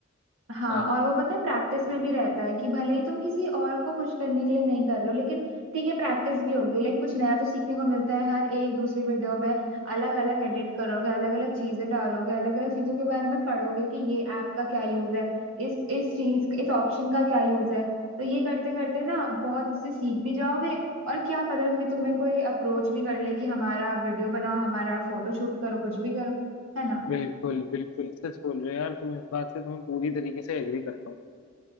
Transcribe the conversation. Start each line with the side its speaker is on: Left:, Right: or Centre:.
Right: हाँ
Left: हाँ
Right: और वो पता है प्रैक्टिस में भी रहता है कि भले ही तुम किसी और को खुश करने के लिए नहीं कर रहे हो लेकिन ठीक है प्रैक्टिस भी होगी लाइक कुछ नया तो सीखने को मिलता है हर एक दूसरी वीडियो में अलग अलग एडिट करोगे अलग अलग चीजें डालोगे अलग अलग चीजों के बारे में पढ़ोगे कि ये ऐप का क्या यूज है इस इस चीज इस ऑप्शन का क्या यूज है तो ये करते करते ना बहुत इससे सीख भी जाओगे और क्या पता कि तुम्हें कोई अप्रोच भी कर ले कि हमारा वीडियो बनाओ हमारा फोटो शूट करो कुछ भी करो है ना
Left: बिल्कुल बिल्कुल सच बोल रहे हो यार तुम इस बात से तुम्हें पूरी तरीके से एग्री करता हूँ